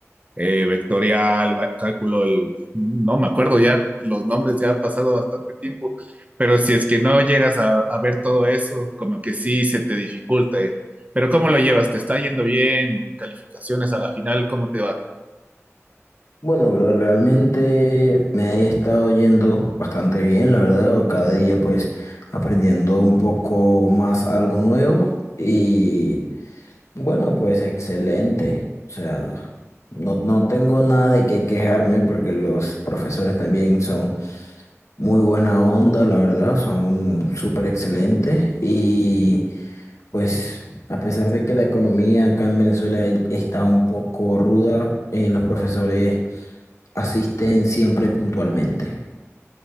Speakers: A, on the right; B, on the left.
A: eh, vectorial, va- cálculo, el- no me acuerdo ya los nombres, ya ha pasado bastante tiempo pero si es que no llegas a, a ver todo eso, como que sí se te dificulta. ¿eh? Pero ¿cómo lo llevas? ¿Te está yendo bien? ¿Calificaciones a la final? ¿Cómo te va?
B: Bueno, bro, realmente me he estado yendo bastante bien, la verdad, cada día pues aprendiendo un poco más algo nuevo y bueno, pues excelente. O sea, no, no tengo nada de qué quejarme porque los profesores también son muy buena onda, la verdad, son súper excelentes y pues a pesar de que la economía acá en Venezuela e-, está un poco ruda, eh, los profesores asisten siempre puntualmente.